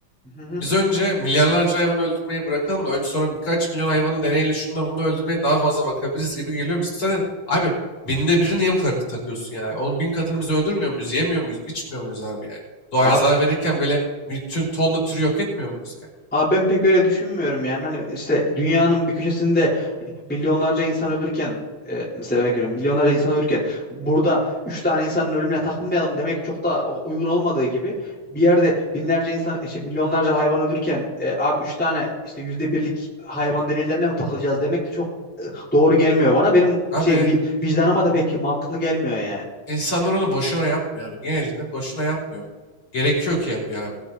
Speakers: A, in the centre; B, on the left.
A: Hı hı.
B: Biz önce milyarlarca hayvan öldürmeyi bırakalım da önce sonra birkaç milyon hayvanın deneyle şununla bununla öldürmeye daha fazla bakabiliriz gibi geliyor. Biz zaten abi binde biri niye bu kadar takıyorsun yani? Onun bin katını biz öldürmüyor muyuz, yemiyor muyuz, biçmiyor muyuz abi yani? Doğaya
A: Abi,
B: zarar verirken böyle bütün tonla türü yok etmiyor muyuz yani?
A: abi ben pek öyle düşünmüyorum yani. Hani işte dünyanın bir köşesinde milyonlarca insan ölürken e, mesela örnek veriyorum milyonlarca insan ölürken burada üç tane insanın ölümüne takılmayalım demek çok da uygun olmadığı gibi bir yerde binlerce insan işte milyonlarca hayvan ölürken e, abi üç tane işte yüzde birlik hayvan deneylerine mi takılacağız demek de çok doğru gelmiyor bana. Benim
B: Abi
A: şey vi- vicdanıma da pek mantıklı gelmiyor yani.
B: İnsanlar onu boşuna yapmıyor abi. Genelinde boşuna yapmıyor. Gerekiyor ki yapıyor abi.